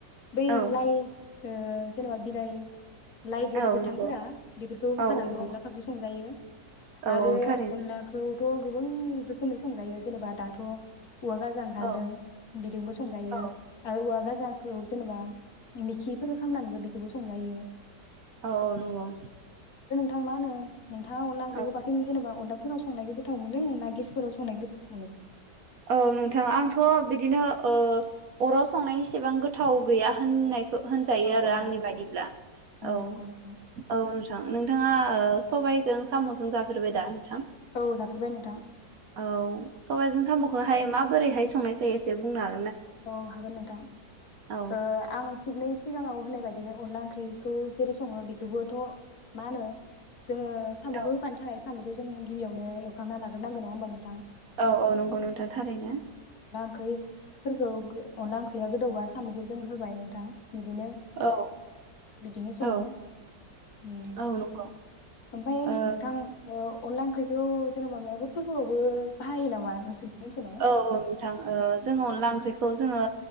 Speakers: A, on the left; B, on the right.
A: बेैलाय
B: औ
A: ओ जेनबा बिलाइ लाइ गो-गोथांफोरा
B: औ नंगौ
A: बेफोरखौ होफानानैबो
B: औ औ नंगौ
A: अनला फख्रि संजायो
B: औ
A: आरो
B: औ थारैनो
A: अनलाखौ थ' गोबां रोखोमनि संजायो जेननोबा दाथ' औवा गाजा ओंखारदों
B: औ
A: बिदोंबो संजायो
B: औ
A: आरो औवा गा फुजाखौ जेनेबा मेखिफोर खालामनानैबो बेखौबो संजायो
B: औ नंगौ
A: थां मा होनो नोंथा अनला ओंख्रिखौ
B: औ
A: बांसिन जेनेबा अदाफोराव संनायखौ गोथाव मोन ना गेसफोराव संनाय गोथाव मोनो
B: औ नोंथां आंथ' बिदिनो ओ अराव संनायनि इसेबां गोथाव गैया होननाय हो-होनजायो
A: औ
B: आरो
A: औ
B: आंनि बायदिब्ला औ
A: नंगौ नोंथां
B: औ नोंथां नोंथाङा सबायजों साम'जों जफेरबाय दा नोंथां?
A: औ जाफेरबाय नोंथां
B: औ सबायजों साम'खौहाय माबोरैहाय संनाय जायो एसे बुंनो हा
A: औ हागोन नोंथां
B: औ
A: ओ आं थिगनै सिगाङाव होननाय बायदिनो अनला ओंख्रिखौ जेरै सङो बेखौबोथ' मा होनो जोङो साम'खौ
B: औ
A: होफानो थाखाय साम'खौ जों गिबियावनो एवखां नाग्रोनांगोन नङा होनबा नों
B: औ औ नंगौ नोंथां थारैनो
A: <unintelligible> फोरफोरखौ अनला ओंख्रिया गो-गोदौबा साम'खौ जों होबाय नोंथां बिदिनो
B: औ
A: बिदिनो सङो
B: औ
A: उम
B: औ नंगौ
A: ओमफ्राय
B: ओ
A: नोंथांखौ ओ अनदला ओंख्रिखौ जेनेबा मायाबो फोरबोआवबो बाहायो नामा नोंसोरनि ओनसोलाव
B: औ औ नोंथां ओ जोङो अनला ओंख्रिखौ जोङो